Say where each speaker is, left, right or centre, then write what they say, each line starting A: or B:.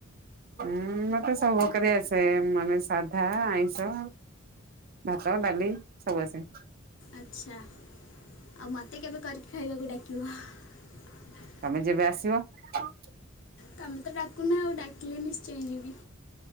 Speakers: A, on the right; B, on the left.
A: ଉୁଁ ମତେ ସବୁ କରି ଆସେ ମାନେ ସାଧା ଆଇଁଷ। ଭାତ ଡ଼ାଲି ସବୁଆସେ।
B: ଆଚ୍ଛା ଆଉ ମତେ କେବେ କରିକି ଖାଇବାକୁ ଡାକିବ।
A: ତମେ ଯେବେ <unintelligible>
B: ତମେ ତ ଡାକୁନ ଆଉ ଡାକିଲେ ନିଶ୍ଚୟ ଯିବି।